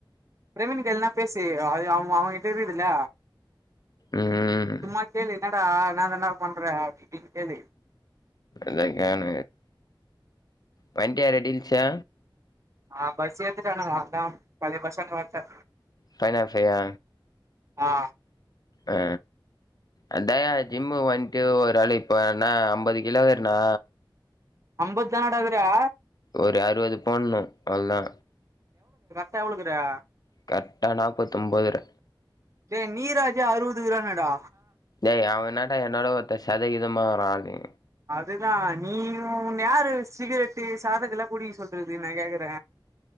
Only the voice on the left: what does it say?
ம்
அக்கான பண்ட்டியா ரெடிஞ்சா
பன பையா
ஆ அ தயா ஜிம்மு வண்ட்டு ஒரு அளு இப்ப என்ன ஐம்பது கிலோ வேறனா
ஒரு அறுவது போடணு அவ்ளதா
கரெக்டா நாப்பத்தொன்பதற
ஏய் அவனாட்டா என்னோட ஒருத்த சதவீதமா வரா அதே